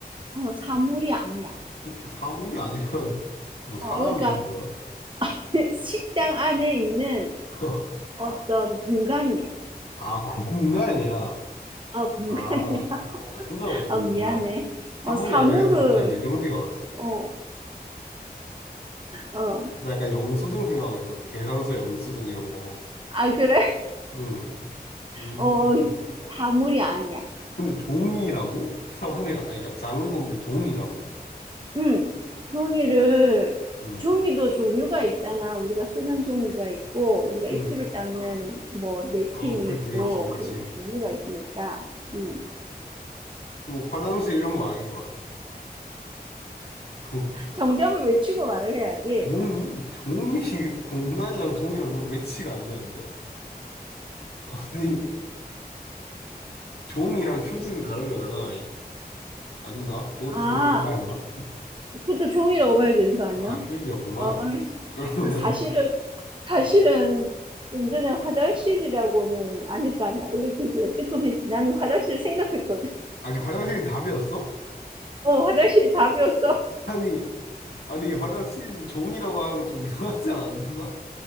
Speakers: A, on the right; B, on the left.
A: 어, 사물이 아니야.
B: 어, 사물이 아니면, <laughs> 뭐, 사람이야,
A: 어, 그러니까
B: 뭐야?
A: <laughs> 식당 안에 있는
B: <laughs>
A: 어, 떤 공간이야.
B: 아, 공간이야.
A: 아, 공간이야.
B: 아,
A: <laughs> 아,
B: 생각을 못했네,
A: 아, 미안해.
B: 그냥.
A: 음, 어,
B: 사물이
A: 아, 사물을,
B: 아니라 해서 갑자기 뇌정지가 왔어.
A: 아 어, 어.
B: 나 약간 영수증 생각하고 있었거든. 계산서 영수증 이런 거.
A: 아, 그래? <laughs>
B: 응. 음.
A: 어, 어, 사물이 아니야.
B: 근데 종이라고? <laughs> 사물이, 아니, 그러니까 장소인데 종이라고?
A: 응. 종이를
B: 응.
A: 종이도 종류가 있잖아. 우리가 쓰는 종이가 있고 우리가
B: 응.
A: 입술을 닦는 뭐 냅킨이
B: 어, 그치,
A: 있고
B: 그치, 그치.
A: 종류가 있으니까. 응.
B: 이거 화장실 이런 거 아닐 거 아니야. 조-
A: 정답을 외치고 말을 해야지.
B: 종이? 종이, <laughs> 공란이랑 종이랑 너무 매치가 안 되는데? 아니, 종이랑 휴지는 다른 거잖아. 이- 아닌가? 그것도
A: 아,
B: 종이랑 봐야 되나?
A: 그것도 종이라고 봐야 되는 거 아니야?
B: 아, 휴지였구만.
A: 아,
B: 그러면,
A: 사실은 사실은
B: 어.
A: 좀 전에 화장실이라고는 아닐 거 아니야. 이렇게 해서 뜨끔했지. 나는 화장실을 생각했거든.
B: 아니, 화장실이 답이었어?
A: 어, 화장실이 답이었어.
B: 아니, 아니, 화장실인데 종이라고 하는 거 좀 이상하지 않나?